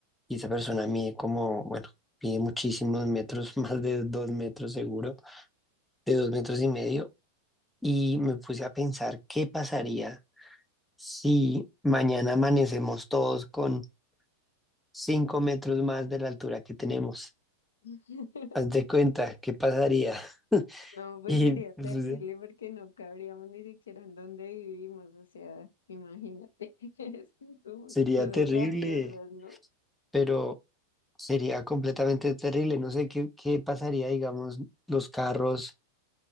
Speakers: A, in the centre; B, on the left.
A: Y esa persona mide como, bueno, mide muchísimos metros, <laughs> más de dos metros seguro, de dos metros y medio y me puse a pensar qué pasaría si mañana amanecemos todos con 5 metros más de la altura que tenemos.
B: <laughs>
A: Haz de cuenta, ¿qué pasaría? <laughs>
B: No, pues
A: Y
B: sería
A: pues,
B: terrible porque no cabríamos ni siquiera en donde vivimos, o sea, imagínate, <laughs> es que son
A: sería
B: cosas
A: terrible,
B: absurdas, ¿no?
A: pero sería completamente terrible. No sé qué, qué pasaría, digamos, los carros